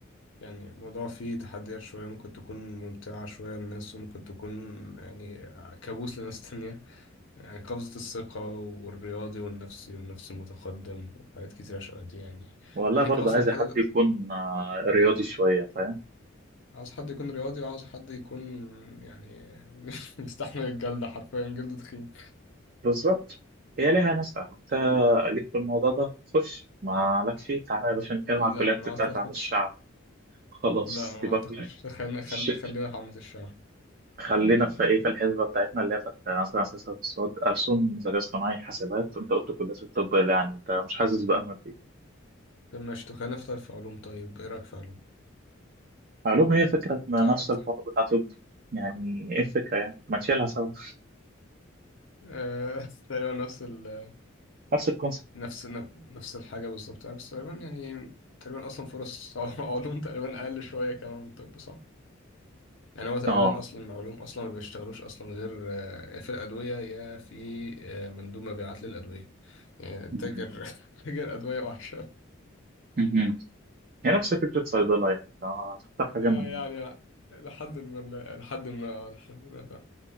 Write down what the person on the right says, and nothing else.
والله
برضه
عايز
حد يكون آه، رياضي شويه فاهم
بالظبط هي ليها ناس انت ليك في الموضوع ده خش ما لك فيه تعالى يا باشا نتكلم على الكليات
بتاعت
عمل الشعب خلاص
سيبك
بقى
ش-
خلينا في ايه في الحسبه بتاعتنا اللي هي بتاعت مثلا سياسه اقتصاد ألسن ذكاء اصطناعي حاسبات انت قلت كليات الطب اللي يعني انت مش حاسس بأمل فيه
علوم هي فكره ما
نفس الحوار بتاع طب يعني ايه الفكره يعني ما نشيلها سوا
نفس الكونسيبت
اه
مهم.
مهم. هي نفس فكره صيدله يعني أنت هتختار حاجه
من